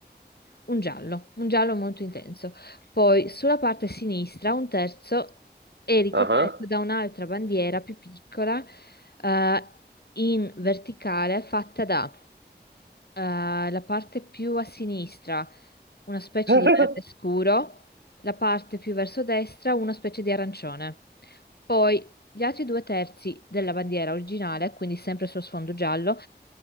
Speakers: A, on the left (about 65°); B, on the right (about 85°).
A: un giallo, un giallo molto intenso. Poi sulla parte sinistra un terzo è ricoperto
B: Ah, ah.
A: da un'altra bandiera più piccola, eh, in verticale, fatta da, eh, la parte più a sinistra, una specie
B: <laughs>
A: di verde scuro, la parte più verso destra, una specie di arancione. Poi gli altri due terzi della bandiera originale, quindi sempre sullo sfondo giallo,